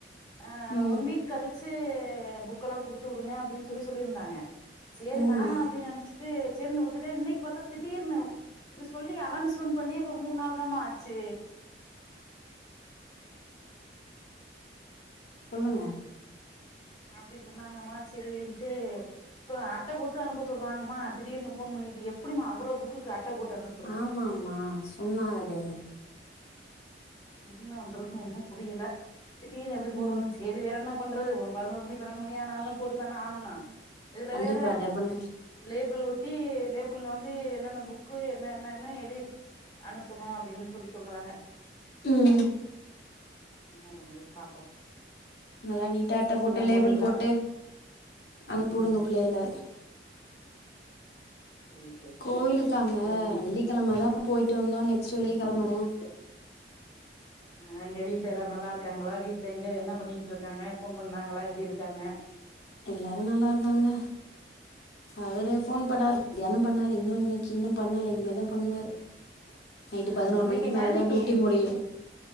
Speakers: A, on the left; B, on the left.
A: ஆ
B: ம்
A: ஒன் வீக் கழிச்சி புக்கல்லாம் குடுத்து வுடுங்க அப்டின் சொல்லி சொல்லிருந்தாங்க சேரி
B: ம்
A: நானும் அப்டி நெனச்சி து சேரினு விட்டுட்ட இன்னைக்கி பாத்தா திடீர்னு இது சொல்லி அனௌன்ஸ்மெண்ட் பண்ணி இப்ப மூணு நாள் தான்மா ஆ ஆச்சி
B: சொல்லுங்க
A: அப்டி சொன்னாங்கம்மா சேரின்ட்டு இப்ப அட்ட போட்டு அனுப்ப சொல்றாங்கமா திடீர்னு போன் பண்ணி இது எப்டிமா அவ்ளோ புக்குக்கு அட்ட போட்டு அனுப்
B: ஆமாம்மா சொன்னாகதே
A: என்ன பண்றதுன்னு ஒன்னும் புரில திடீர்னு எப்டி போட்றது
B: ம்
A: சேரி வேற என்ன பண்றது ஒரு பதினோரு மணி பன்னெண்டு மணி ஆனாலும் போட்டு தான ஆகனு னும் இதுல
B: கண்டிப்பா
A: வேற
B: டெபனெட்லி
A: லேபிள் ஒட் ட்டி லேபுள்ல வந்து என்னென்ன புக்கு என்ன என்ன என்ன எது அனுப்பணு அப்டின் சொல்லி சொல்றாங்க
B: ம் ம்
A: என்ன பண்றது பாப்போம்
B: நல்லா நீட்டா அட்ட போட்டு லேபுள்
A: போனீங்களா
B: போட்டு அனுப்பி
A: ம்
B: வுடுங்க பிள்ளைங்ல
A: சேரி சேரி
B: கோயிலுக்காங்க
A: இன்னைக்கு
B: வெள்ளி கெழம தான் போயிட்டு வந்தோம் நெக்ஸ்ட் வெள்ளி கெழம தான்
A: ஆ எங்க வீட்ல எல்லாரும் நல்லா இருக்காங்களா வீட்ல எங்க என்ன பண்ணிட்டுருக்காங்க போன் பண்ணாங்களா எப்டி இருக்காங்க
B: எல்லாரு நல்லா இருக்காங்க அவரு போன் பண்ணாரு மதியானம் பண்ணாரு இன்னும் இன்னிக்கி இன்னும் பண்ணல இனிமே தான் பண்ணுவாரு நைட்டு
A: ஆ
B: பதினோரு
A: இன்னைக்கு
B: மணிக்கு
A: எங்க
B: மேலதான்
A: அண்ணிக்கு
B: டூட்டி முடியு